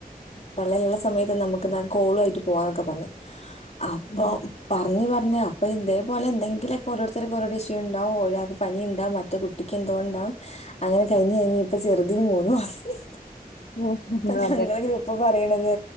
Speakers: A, on the left; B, on the left.
A: പള്ളേല്ലുള്ള സമയത്ത് നമുക്ക് ന്നാ കോളു ആയിട്ട് പോവാന്നൊക്കെ പറഞ്ഞു. അപ്പൊ
B: ഉം
A: പറഞ്ഞു പറഞ്. പിന്നെ അപ്പൊ ഇതേപോലെ എന്തെങ്കിലൊക്കെ ഓരോരുത്തർക്ക് ഓരോ ഇഷ്യൂ ഉണ്ടാവും. ഒരാൾക്ക് പനിണ്ടാവും. മറ്റേ കുട്ടിക്കെന്തോ ണ്ടാ അങ്ങനെ കഴിഞ്ഞഞ് കഴിഞ്ഞ് ഇപ്പ ചെറുതിന് മൂന്നുമാസായി.
B: ഉം ഹ
A: നങ്ങളെ ഗ്രൂപ്പ് പ പറയണത്